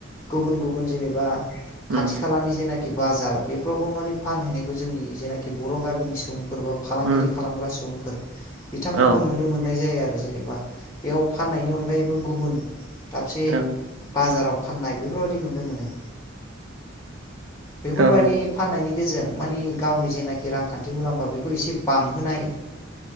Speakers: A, on the left; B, on the right.
A: गुबुन गुबुन जेनेबा
B: उम
A: खाथि खालानि जेनाखि बाजार बेफोरावबो मानिे फानहैनायखौ जोंनि जेनाखि बर' गामिनि सुबुं फोर बा फालांगिरि
B: उम
A: खालामग्रा सुबुंफोर बिथांमोनखौ
B: औ
A: नुनो मोननाय जायो आरो जेनेबा बेयाव फाननायनि अनगायैबो गुबुन दाबसे
B: औ
A: बाजाराव फाननाय बेफोरबायदि नुनो मोनो बेफोरबायदि
B: औ
A: फाननायनि गेजेरजों माने गावनि जेखि रांखान्थि मुलाम्फा बेखौ एसे बांहोनाय